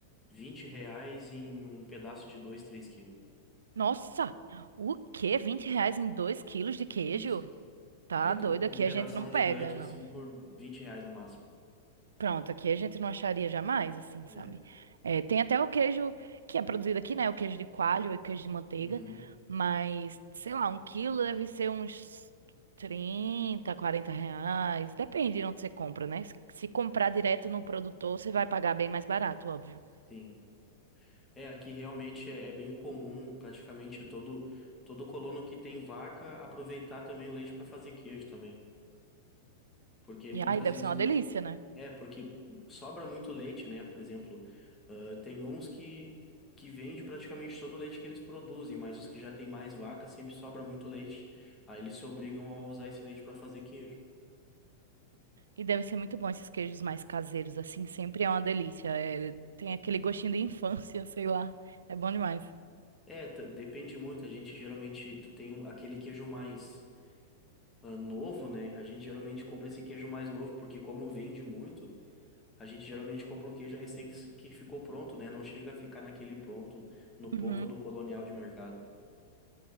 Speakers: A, on the left; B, on the right.
A: 20 reais em um pedaço de 2 3 quilos.
B: Nossa, o quê? vinte reais em 2 quilos de queijo?
A: Isso.
B: Tá
A: Aí
B: doido,
A: tu compra
B: aqui
A: um pedação
B: a gente não pega,
A: gigante
B: não.
A: assim por 20 reais no máximo.
B: Pronto, aqui a gente não acharia jamais, assim, sabe?
A: É.
B: É, tem até o queijo que é produzido aqui, né? O queijo de coalho e o queijo de manteiga.
A: Uhum,
B: Mas, sei lá, um quilo deve ser uns 30 40 reais. Depende de onde você compra, né? Se se comprar direto no produtor, você vai pagar bem mais barato, óbvio.
A: sim. É, aqui realmente é, é bem comum praticamente todo, todo colono que tem vaca aproveitar também o leite para fazer queijo também. Porque muitas
B: E aí deve
A: vezes.
B: ser uma
A: o-
B: delícia, né?
A: É, porque sobra muito leite, né? Por exemplo, ah, tem uns que, que vende praticamente todo o leite que eles produzem, mas os que já têm mais vaca sempre sobra muito leite. Aí eles se obrigam a usar esse leite para fazer queijo.
B: E deve ser muito bom esses queijos mais caseiros, assim, sempre é uma delícia. É, tem aquele gostinho de infância, <laughs> sei lá. É bom demais.
A: É, t- depende muito. A gente geralmente, tu tem um- aquele queijo mais ah, novo, né? A gente geralmente compra esse queijo mais novo, porque como vende muito, a gente geralmente compra o queijo recém que, se- que ficou pronto, né? Não chega a ficar naquele pronto, no
B: Uhum.
A: ponto do colonial de mercado.